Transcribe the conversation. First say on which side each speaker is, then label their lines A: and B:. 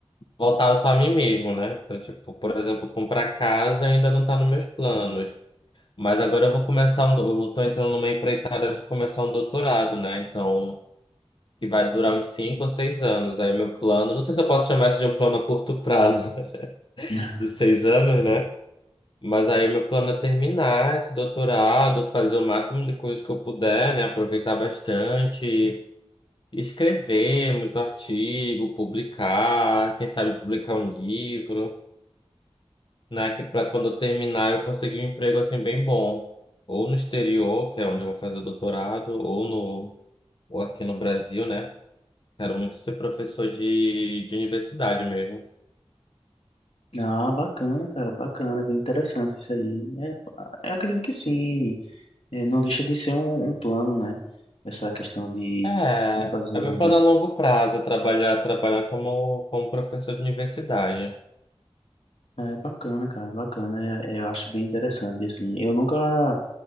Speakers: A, on the left; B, on the left.
A: voltado só a mim mesmo, né? Então, tipo, por exemplo, comprar casa ainda não tá nos meus planos. Mas agora eu vou começar um, do- eu tô entrando numa empreitada de começar um doutorado, né? Então, que vai durar uns cinco ou seis anos. Aí o meu plano, não sei se eu posso chamar isso de um plano a curto prazo, <laughs>
B: <laughs>
A: de seis anos, né? Mas aí o meu plano é terminar esse doutorado, fazer o máximo de coisas que eu puder, né? Aproveitar bastante, escrever muito artigo, publicar, quem sabe publicar um livro. né? Que para quando eu terminar eu conseguir um emprego assim bem bom, ou no exterior, que é onde eu vou fazer o doutorado, ou no ou aqui no Brasil, né? Quero muito ser professor de, de universidade mesmo.
B: Ah, bacana, cara, bacana, bem interessante isso aí. É, pá, eu acredito que sim. É, não deixa de ser um, um plano, né? Essa questão de,
A: É,
B: de fazer
A: é meu
B: um,
A: plano a longo prazo, é trabalhar trabalhar como como professor de universidade.
B: É bacana, cara, bacana. É- é, Eu acho bem interessante, assim. Eu nunca